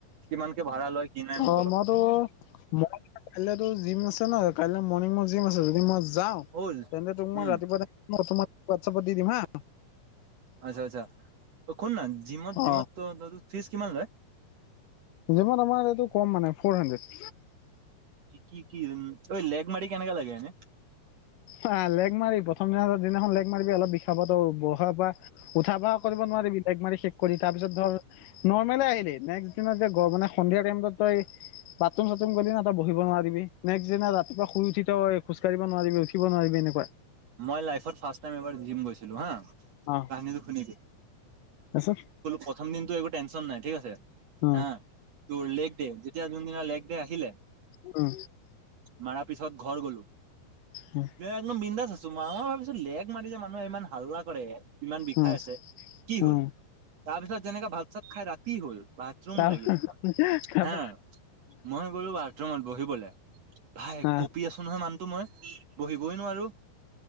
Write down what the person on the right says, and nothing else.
কিমানকে ভাড়া লয় কি নাই মোক
অলপ
হ'ল
উম
আচ্ছা আচ্ছা অ শুন না জিমত
জিমত ত ফিজ কিমান লয়?
কি কি ঐ লেগ মাৰি কেনেকা লাগে এনে
মই লাইভত ফাষ্ট টাইম জিম গৈছিলো হা
কাহিনীটো শুনিবি
প্ৰথম দিন একো টেনচন নাই ঠিক আছে
হ তোৰ লেখ দে এতিয়া যোনদিনা লেগ দে আহিলে
মাৰাৰ পিছত ঘৰ গ'লো
একদম বিন্দাছ আছো। মা ভাবিছো লেগ মাৰি যে মানুহে ইমান হাল্লা কৰে ইমান বিষাই
আছে কি হল?
তাৰপিছত যেনেকাে ভাত চাত খাই ৰাতি হ'ল বাথৰুম
লাগিলে নহয়
হা মই গ'লো বাথৰুমত বহিবলে। ভাই
কঁপি আছো নহয় মানুহটো মই বহিবই নোৱাৰো।